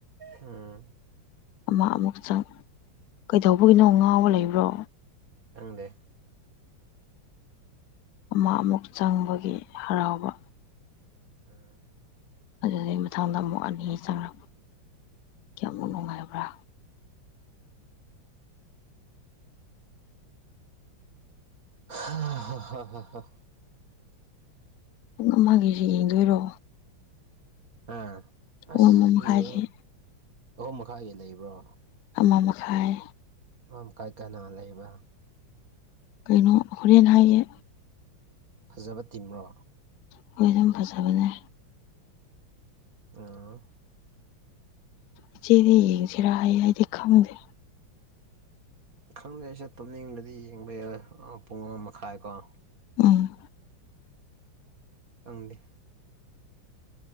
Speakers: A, on the right; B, on the left.
A: ꯎꯝ
B: ꯑꯃ ꯑꯃꯨ ꯆꯪ ꯀꯩꯗꯧꯕꯒꯤꯅꯣ ꯉꯥꯎꯕ ꯂꯩꯕ꯭ꯔꯣ
A: ꯈꯪꯗꯦ
B: ꯑꯃ ꯑꯃꯨꯛ ꯆꯪꯕꯒꯤ ꯍꯔꯥꯎꯕ
A: ꯑꯝ
B: ꯑꯗꯨꯗꯩ ꯃꯊꯪꯗ ꯑꯃꯨꯛ ꯑꯅꯤ ꯆꯪꯉꯛꯄ ꯀꯌꯥꯃꯨꯛ ꯅꯨꯡꯉꯥꯏꯕ꯭ꯔꯥ
A: ꯍ ꯍ <unintelligible>
B: ꯨꯄꯨꯡ ꯑꯃꯒꯤꯖꯤ ꯌꯦꯡꯗꯣꯏꯔꯣ
A: ꯑꯥ
B: ꯄꯨꯡ
A: ꯑꯁ
B: ꯑꯃ ꯃꯈꯥꯏꯒꯤ
A: ꯌꯦꯡ ꯑꯍꯨꯝ ꯃꯈꯥꯏꯒꯤ ꯂꯩꯕ꯭ꯔꯣ
B: ꯑꯃ ꯃꯈꯥꯏ
A: ꯑꯃ ꯃꯈꯥꯏ ꯀꯅꯥ ꯂꯩꯕ
B: ꯀꯩꯅꯣ ꯍꯣꯔꯦꯟ ꯍꯥꯏꯌꯦ
A: ꯐꯖꯕ ꯇꯤꯝꯔꯣ
B: <unintelligible> ꯐꯖꯕꯅꯦ
A: ꯑꯥ
B: ꯏꯆꯦꯗꯤ ꯌꯦꯡꯁꯤꯔ ꯑꯩ ꯑꯩꯗꯤ ꯈꯪꯗꯦ
A: ꯈꯪꯗꯦ ꯑꯩꯁꯨ ꯇꯨꯝꯅꯤꯡꯗꯗꯤ ꯌꯦꯡꯕ ꯌꯥꯏ ꯑꯥ ꯄꯨꯡ ꯑꯃ ꯃꯈꯥꯏꯕꯥꯎ
B: ꯎꯝ
A: ꯈꯪꯗꯦ